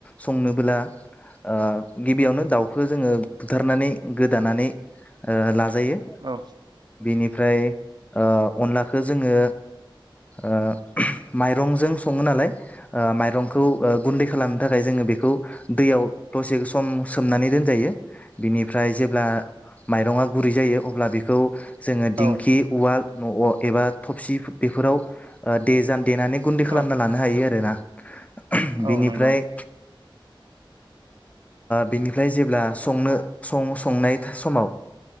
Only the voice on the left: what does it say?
संनोबोला ओ गिबियावनो दाउखो जोङो बुथारनानै गोदानानै ओ ला ग्रोयो
बिनिफ्राय ओ अनलाखो जोङो ओ माइरंजों सङो नालाय ओ माइरंखौ ओ गुन्दै खालामनो थाखाय जोङो बेखौ दैयाव दसे सम सोमनानै दोनजायो। बिनिफ्राय जेब्ला माइरङा गुरै जायो अब्ला बेखौ जोङो
दिंखि उवाल न' एबा थबसि बेफोराव दे जान देनानै गुन्दै खालामना
लानो हायो आ देना <unintelligible> बिनिफ्राय
बिनिफ्राय जेब्ला संनो संनाय समाव